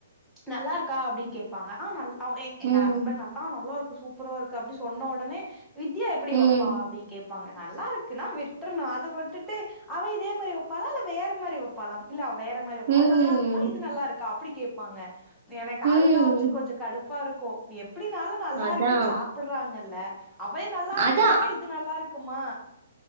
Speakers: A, in the centre; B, on the right.
A: நல்லா இருக்கா அப்டின்னு கேட்பாங்க ஆ் நல் அவ எங்
B: ம்
A: எங்க ஹஸ்பண்ட் நல் ஆ நல்லா இருக்கு சூப்பரா இருக்கு அப்டின்னு சொன்ன உடனே வித்யா எப்டி
B: ம்
A: வப்ப அப்டின்னு கேப் ப்பாங்க நல்லா இருக்குன்னா விட்ரணு அத விட்டுட்டு அவ இதே மாரி வெப்பாளா இல்ல வேற மாரி வெப்பாளா இல்ல வேற மாரி வப்ப
B: ம்
A: அது நல்லா இருக்குமா இது நல்லா இருக்கா அப்டி கேப்பாங்க எனக்கு
B: ம்
A: அதுதா வஞ்சு கொஞ்ச கடுப் பா இருக்கு எப்டினாலு நல்லா
B: அதா
A: இருக்குன்னு சாப்பிடறாங்கல்ல அவெ நல்லாருக்குமா
B: அதா
A: இது நல்லாருக்குமா